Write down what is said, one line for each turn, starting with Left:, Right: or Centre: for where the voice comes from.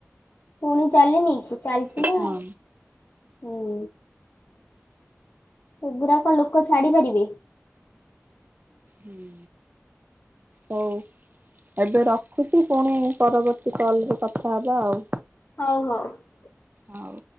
Left: ପୁଣି ଚାଲିନି କି? ଚାଲିଛି ନା,
Right: ହଁ
Left: ହୁଁ। ସେଗୁରା କଣ ଲୋକ ଛାଡି ପାରିବେ?
Right: ହୁଁ, ହଉ ଏବେ ରଖ ଖୁଛି, ପୁଣି ପରବର୍ତ୍ତୀ କଲରେ କଥା ହେବା ଆଉ।
Left: ହଉ, ହଉ।
Right: ହଉ।